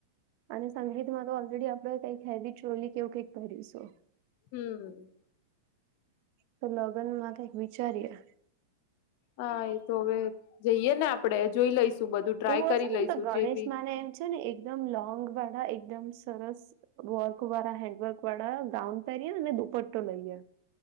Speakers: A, on the right; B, on the left.
A: અને સંગીત માં તો ઓલરેડી આપડે કઈક હેવી ચોલી કે એવું કઈક પહેરીશુ
B: હમ
A: તો લગ્ન મા કઈક વિચાર્યે
B: હા એ તો હવે જઈએ ને આપડે જોઈ લઈશું બધું ટ્રાય
A: એવું
B: કરી
A: હશે ને
B: લઈશું
A: તો ગણેશ
B: જે બી
A: માને એમ છે ને એકદમ લોંગ વાળા એકદમ સરસ વર્ક વાળા હેન્ડ વર્ક વાળા ગાઉન પહેરી્યા અને દુપટ્ટો લઈએ